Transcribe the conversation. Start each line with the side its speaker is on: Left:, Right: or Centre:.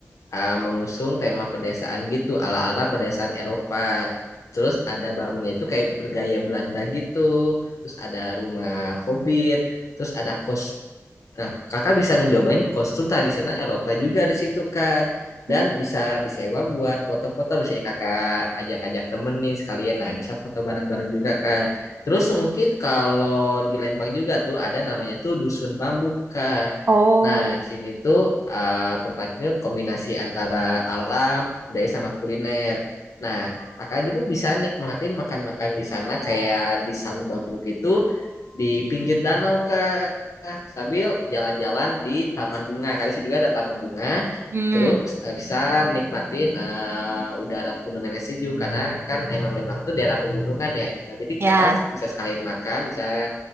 Left: eh, mengusung tema pedesaan gitu, ala-ala pedesaan Eropa. Terus ada bangunnya itu kayak bergaya Belanda gitu. Terus ada rumah hobbit, terus ada kos Nah, kakak bisa ngejobain kostum tradisional Eropa juga di situ, Kak. Dan
Right: Hmm.
Left: bisa disewa buat foto-foto, misalnya kakak ajak-ajak temen nih sekalian. Nah, bisa foto bareng-bareng juga, Kak. Terus mungkin kalau di Lembang juga tuh ada namanya tuh Dusun Bambu, Kak.
Right: oh,
Left: Nah, di sini tuh eh, tempatnya kombinasi antara alam, budaya sama kuliner. Nah, kakak juga bisa nikmatin makan-makan di sana kayak di saung bambu gitu di pinggir danau, Kak sambil jalan-jalan di taman bunga. Karena sih juga ada taman bunga.
Right: hmm,
Left: Terus eh, bisa nikmatin eh, udara pegunungannya sejuk karena kan emang Lembang tuh daerah pegunungan ya. Nah, jadi kakak
Right: ya,
Left: bisa sekalian makan, bisa